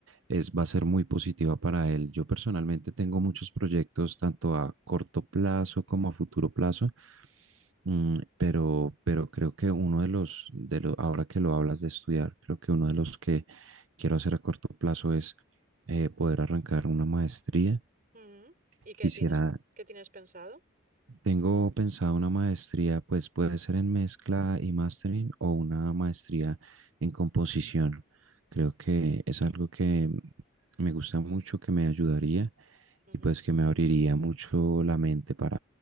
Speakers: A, on the right; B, on the right.
A: es, va a ser muy positiva para él. Yo personalmente tengo muchos proyectos, tanto a corto plazo como a futuro plazo, mm, pero, pero creo que uno de los, de los, ahora que lo hablas de estudiar, creo que uno de los que quiero hacer a corto plazo es eh, poder arrancar una maestría.
B: Ujú. ¿Y
A: Quisiera,
B: qué tienes, qué tienes pensado?
A: tengo pensado una maestría, pues puede ser en mezcla y mastering o una maestría en composición. Creo que es algo que me gusta mucho, que me ayudaría
B: Ujú,
A: y pues que me abriría mucho la mente para